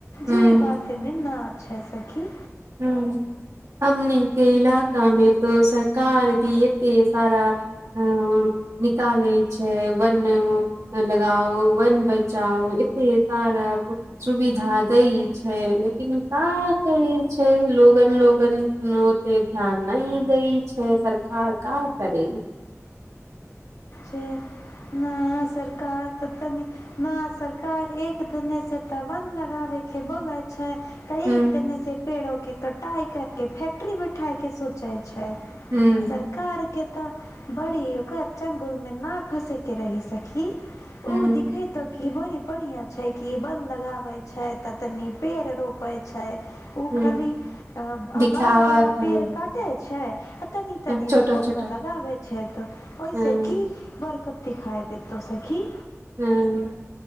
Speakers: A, on the right (about 85°); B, on the left (about 85°).
A: हूं
B: जै बात एने ना छै सखी
A: हूॅं हमनीके इलाकामे तऽ सरकार भी एते सारा हॅं निकालै छै वने उ लगाओ वन बचाओ इते सारा सुविधा दै छै लेकिन का कही छै लोगन-लोगन ओते ध्यान नहि दै छै सरकार का करे?
B: जे नया सरकार तऽ तनी न सरकार एक देने से तऽ वन लगाबे के बोले छै तऽ
A: हूं
B: एक दनेसे पेड़ोके कटाइ करके फैक्ट्री बैठाइके सोचै छै
A: हूं
B: सरकारके तऽ बड़ी ओकरा चंगुलमे ना फसेके रही सखी
A: हूं
B: ओ दिखे तऽ बड़ी बढ़िया छै की बन लगावै छै तऽ तनी पेड़ रोपै छै ओ
A: हूं
B: खाली
A: दिखावा
B: बड़ा-बड़ा
A: छै
B: पेड़ काटे छै आ तनि-तनि
A: छोटा
B: एगो पौधवा
A: छोटा
B: लगाबे छै तऽ ओहिसॅं
A: हूं
B: बरकत दिखाय देतौ सखी?
A: हॅं